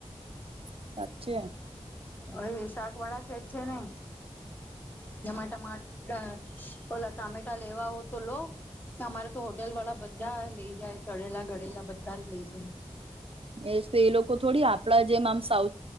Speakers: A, on the right; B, on the left.
A: <unintelligible>
B: હવે શાક વાળા કેજ છે. ને જેમાં ટ ઓલા ટામેટા લેવા હો તો લો અમારે તો હોટેલ વાળા બધા લઈ જાય કળેલા ગળેલા બધા જ લઇ જાય.
A: એ તો એ લોકો થોડી આપડા જેમ આમ સાવ